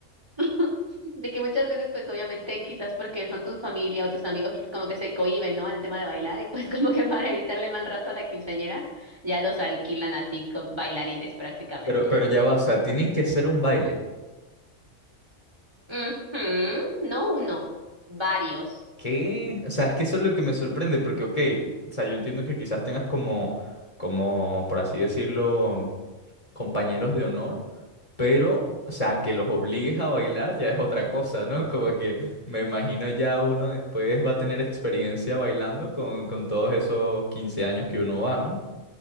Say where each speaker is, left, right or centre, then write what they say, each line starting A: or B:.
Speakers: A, on the right; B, on the left.
A: <laughs> de que muchas veces, pues obviamente quizás porque son tu familia o tus amigos como que se cohíben, ¿no? Al tema de bailar y pues <laughs> como que para evitarle el mal rato a la quinceañera, ya los alquilan así con bailarines prácticamente.
B: Pero, pero ya va, o sea, tienen que hacer un baile.
A: Ujú, No uno, varios.
B: ¿Qué? O sea, es que eso es lo que me sorprende, porque, ok, o sea, yo entiendo que quizás tengas como, como, por así decirlo, compañeros de honor, pero, o sea, que los obligues a bailar ya es otra cosa, ¿no? <laughs> Como que me imagino ya uno después va a tener experiencia bailando con, con todos esos 15 años que uno va, ¿no?